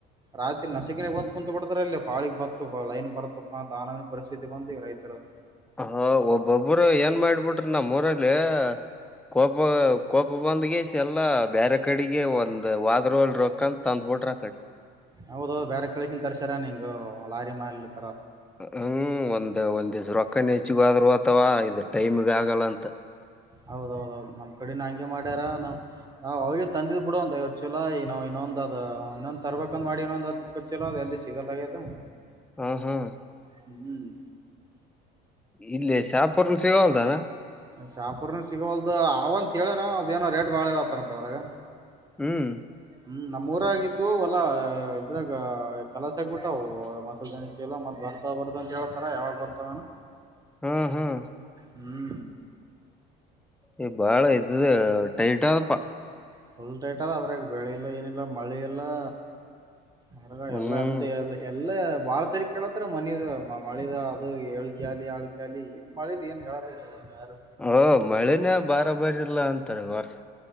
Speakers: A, on the right; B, in the centre.
A: ರಾತ್ರಿ ನಸಿಕಿನಗಂದ್ ಕುಂತ ಬಿಡ್ತಾರ ಇಲ್ಲ ಪಾಳಗ್ ಬತ್ತ ಲೈನ್ ಬರ್ತಪ್ಪಾ ಅಂತ ಆನಮನಿ ಪರಿಸ್ಥಿತಿ ಬಂದ ಈಗ ರೈತರದ.
B: ಹಾ ಒಬ್ಬೊಬ್ರು ಏನ್ ಮಾಡಬಿಟ್ರ ನಮ್ಮ ಊರಲ್ಲಿ ಕೋ ಕೋಪ ಬಂದ್ಗೆಸಿ ಎಲ್ಲಾ ಬೇರೆ ಕಡೆಗೆ ಒಂದು ವಾದ್ರ ಹೋಗ್ಲಿ ರೊಕ್ಕಂತ ತಂದ್ಬಿಟ್ರ ಆ ಕಡೆಗಿ.
A: ಹೌದು ಬೇರೆ ಕಡೆಯಿಂದ ತರ್ಸ್ಯಾರ ನಿಂಗ ಲಾರಿ ಮಾರ್ಲಿತರ.
B: ಹ್ಮ್ ಒಂದ್ ಒಂದ ದಿವ್ಸ ರೊಕ್ಕನ ಹೆಚ್ಚಗ ಹೋದ್ರ ಹೋತವ ಇದು ಟೈಮಗ ಆಗಲ್ಲ ಅಂತ.
A: ಹೌದೌದೌದು ನಮ್ ಕಡೆನು ಹಂಗೆ ಮಾಡ್ಯಾರ ನಾವು ಹಾ ಅವಗೇ ತಂದಿವ್ ಬಿಡ ಒಂದ ಐವತ್ ಚೀಲ ಈ ನಾವು ಇನ್ನೊಂದ್ ಅ ಇನ್ನೊಂದ ತರ್ಬೇಕಂದ್ ಮಾಡಿವಿ ಇನ್ನೊಂದ್ ಹತ್ ಇಪ್ಪತ್. ಚೀಲಾದ ಎಲ್ಲಿ ಸಿಗಲ್ಲ ಆಗ್ಯದ.
B: ಹಾ ಹಾ
A: ಹ್ಮ್
B: ಇಲ್ಲಿ ಶಾಪೂರ್ನು ಸಿಗಲಗ್ಯಾಡೆನ್.
A: ಶಾಪುರ್ ಸಿಗವಲ್ದ ಅವ ಅಂತ ಹೇಳರಾ ಅದೇನು ಏನೋ ರೇಟ್ ಬಾಳ ಹೇಳತ್ತಂತದ್ರಾಗ.
B: ಹ್ಮ್
A: ಹ್ಮ್ ನಮ್ಮ್ ಊರಾಗಿದ್ದವು ಅಲ್ಲಾ ಇದ್ರಾಗ ಕಲಸ ಆಗ್ಬಿಟ್ಟವು ಮಸಾಲಿ. ಚೀಲ ಮತ್ ಬರ್ತ ಬರ್ತ ಅಂತ ಹೇಳ್ತಾರ ಯವಾಗ ಬರ್ತಾವೇನ.
B: ಹ್ಮ್ ಹ್ಮ್
A: ಹ್ಮ್
B: ಈ ಬಾಳ ಇದ ಟೈಟ್ ಆದಪ್ಪ.
A: ಫುಲ್ ಟೈಟ್ ಅದ ಅದ್ರಾಗ ಬೆಳೆ ಇಲ್ಲ ಏನಿಲ್ಲ ಮಳೆ ಇಲ್ಲಾ. ಅದ್ರಗ
B: ಹ್ಮ್
A: ಎಲ್ಲ ಎಂತ. ಎಲ್ಲ ಬಾಳ ತಲ್ಲಿ ಕೇಳತ್ರ ಮನದ ಮಳಿದು ಅದು ಹೇಳಿಕೆ ಆಗ್ಲಿ ಅಳಿಕೆ ಆಗ್ಲಿ. ಮಳಿದು ಏನ್ ಹೇಳಲಗರಾ ಏನ್ ಯಾರು.
B: ಹ ಮಳೆನೇ ಬರ ಬಾರಿ ಇಲ್ಲಾ ಅಂತಾರ ಈ ವರ್ಷ.